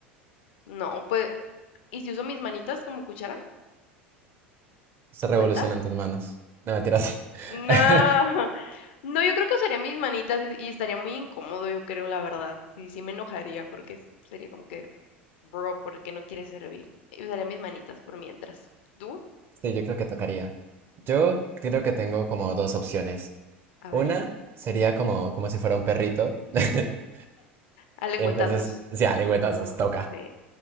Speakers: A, on the left; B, on the right.
A: no, pues, ¿y si uso mis manitas como cuchara?
B: Se revolucionan
A: ¿Cuenta?
B: tus manos. No mentiras.
A: No,
B: <laughs>
A: <laughs> no, yo creo que usaría mis manitas y y estaría muy incómodo, yo creo, la verdad. Sí, sí me enojaría porque s- sería como que, bro, ¿por qué no quieres servir? Y usaría mis manitas por mientras. ¿Tú?
B: Sí, yo creo que tocaría. Yo creo que tengo como dos opciones.
A: A
B: Una
A: ver,
B: sería como, como si fuera un perrito. <laughs>
A: a lengüetazos.
B: Entonces, ya, lengüetazos,
A: Ajá,
B: toca.
A: sí,